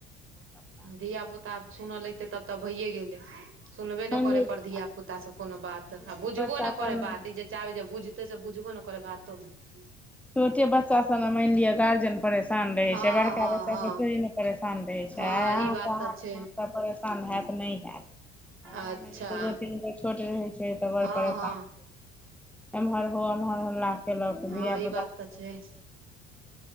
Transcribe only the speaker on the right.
धियापुता अब सुनऽ लगतै। तब तऽ भइए गेलै। सुनबे
नहि करै
पर धियापुतास सब कोनो बात तऽ
आ बुझबो
न करै
बात ई जे चाहबै। जे बुझतै से बुझबो। न करै बातो न
हँ
हँ
हँ
हँ
ई बात
तऽ
छै
अच्छा
हँ
हँ
हँ
ई बात तऽ छै